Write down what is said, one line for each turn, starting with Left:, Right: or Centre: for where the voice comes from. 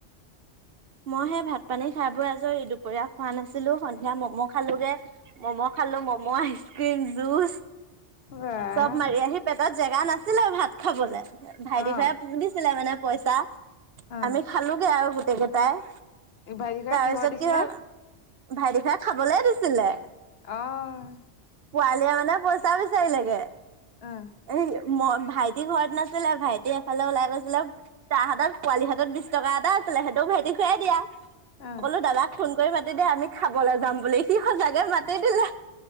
Right: মই সেই ভাত পানী খাই বৈ আজৰি, দুপৰীয়া খোৱা নাছিলো, সন্ধিয়া ম'ম' খালোগে, ম'ম' খালো ম'ম, আইচক্ৰীম, জ্যুচ
Left: বাহ
Right: চব মাৰি আহি পেটত জেগা নাছিলে আৰু ভাত খাবলে। ভাইটি
Left: অহ
Right: খুৰাই দিছিলে মানে পইচা,
Left: অহ
Right: আমি খালোগে আৰু গোটেই কেইটাই।
Left: ভাজিকা
Right: তাৰপিছত
Left: কিহৰ দিছিলে?
Right: কি হ'ল, ভাইটিখুৰাই খাবলেই দিছিলে।
Left: অহ
Right: পোৱালিয়ে মানে পইচা বিচাৰিলেগে।
Left: অ'।
Right: এই মই ভাইটি ঘৰত নাছিলে, ভাইটি এফালে ওলাই গৈছিলে, তাৰ হাতত পোৱালি হাতত বিছ টকা এটা ছিলে, সেইটোও ভাইটি খুৰাই দিয়া, মই
Left: অহ
Right: ক'লো দাদাক ফোন তই মাতিবি আমি খাবলৈ যাম বুলি, সি সঁচাকৈ মাতি দিলে।